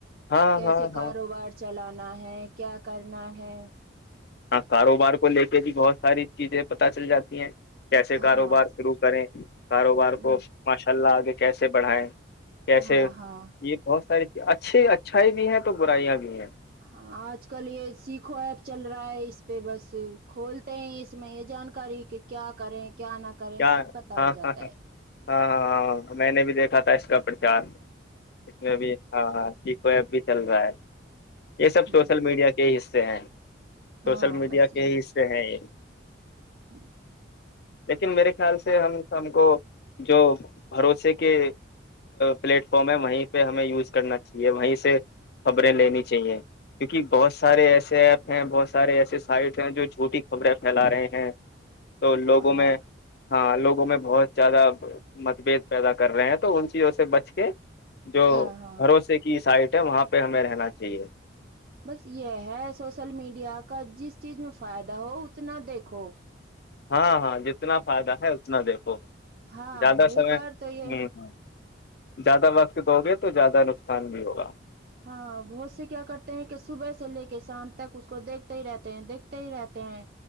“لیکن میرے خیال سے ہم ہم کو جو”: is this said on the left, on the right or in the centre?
Left